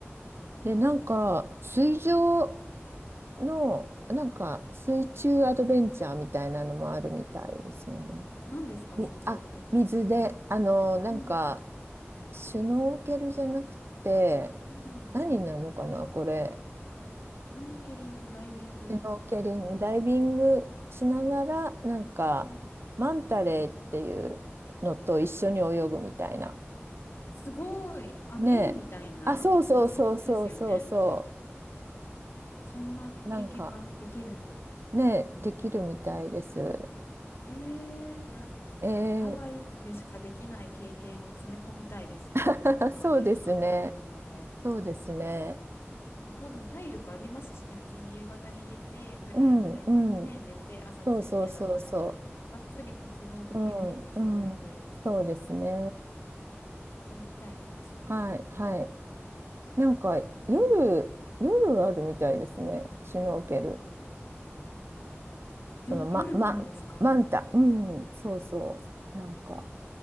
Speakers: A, on the left; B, on the right.
A: はい。
B: で、なんか水上の、なんか水中アドベンチャーみたいなのもあるみたいですよね。
A: 何ですか、
B: み、
A: 水中アドベンチャーって。
B: あ、水で、あの、なんか、
A: うん。
B: シュノーケルじゃなくて、
A: うん。
B: 何になるのかな、これ。
A: シュノーケリング、ダイビング、
B: シュノーケリング、
A: あと何か。
B: ダイビングしながら、なんか、
A: うん。
B: マンタレーっていうのと一緒に泳ぐみたいな。
A: すごい。あの、
B: ねえ。
A: エイみたいなやつですよね。
B: あ、そうそうそうそうそうそ
A: そんな経験ができるんだ。
B: う。なんか、ねえ、できるみたいです。
A: えー、いや、
B: え
A: ハワイでしかできない経験を詰め込みたいですね。
B: ー <laughs>
A: 4日間、
B: そうですね。
A: 5日間の中で。
B: そうですね。
A: もう多分体力ありますしね、普通に夕方に出て、フライトでね、
B: うんうん。
A: 寝て、朝着いてだから、
B: そうそうそうそう。
A: がっつり活動できる気もするんで、
B: うん、うん、そうですね。
A: 泳ぎたいな、確かに。
B: はい、はい。なんか、夜、
A: まあ、
B: 夜あるみたいですね。シュノーケル。
A: よ、
B: その、ま、
A: 夜の海ですか
B: ま、マンタ。うん、そうそう。なんか、